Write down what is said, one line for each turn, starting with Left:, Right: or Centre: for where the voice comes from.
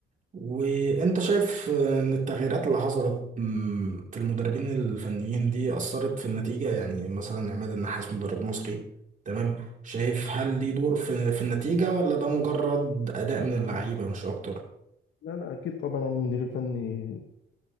Right: وانت شايف ان التغييرات اللي حصلت مم، في المدربين الفنيين دي اثرت في النتيجه يعني مثلا عماد النحاس مدرب مصري تمام شايف هل ليه دور في في النتيجه ولا ده مجرد اداء من اللعيبه
Left: مم.
Right: مش اكتر
Left: لا لا اكيد طبعا يعني المدير الفني